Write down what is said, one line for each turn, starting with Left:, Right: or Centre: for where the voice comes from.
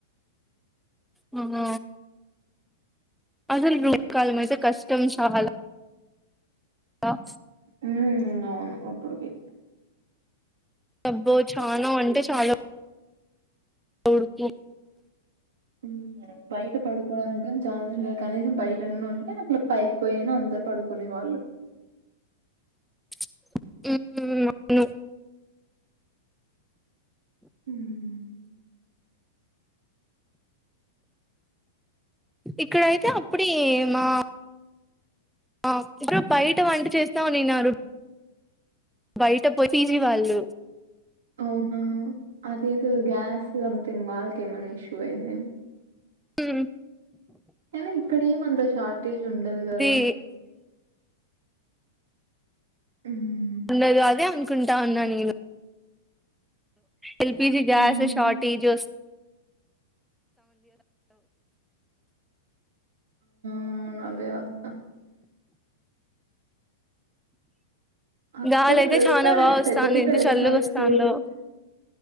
Centre: మళ్ల అసలు ఎండ కాలం అయితే కష్టం చాలా హ
Right: ఉమ్ అవును అప్పుడుకి
Centre: అబ్బో చానా అంటే చాలా <inaudible>
Right: ఉమ్ బయట పడుకోవడానికి ఛాన్స్ లే కనీసం బయటన్న ఉంటే <unintelligible> పైకిపోయినా అందరు పడుకునే వాళ్ళు
Centre: <inaudible>
Right: ఉమ్
Centre: ఇక్కడయితే అప్పుడే మా ఆ ఇక బయట వంట చేస్తా వునీన్నారు బయట పో పిజీ వాళ్ళు
Right: అవునా అదేదో గ్యాస్ సంథింగ్ వాళ్ళకి ఏమన్నా ఇష్యూ అయింది ఏమో
Centre: ఉమ్
Right: అయినా ఇక్కడ ఏమంత షార్టేజ్ ఉండదు
Centre: అది
Right: కదా ఉమ్
Centre: ఉండదు అనే అనుకుంటా ఉన్నా నేను ఎల్పిజీ గ్యాస్
Right: హ్మ్.
Centre: షార్టేజ్ స్ <inaudible>
Right: అవునా <unintelligible> వస్తా అక్కడ
Centre: గాలి అయితే
Right: రెస్టారెంట్స్
Centre: చానా బాగా వస్తాంది
Right: పెద్ద పెద్ద
Centre: ఎంత
Right: రెస్టారెంట్స్
Centre: చల్లగా వస్తాందో
Right: క్లోజ్ చే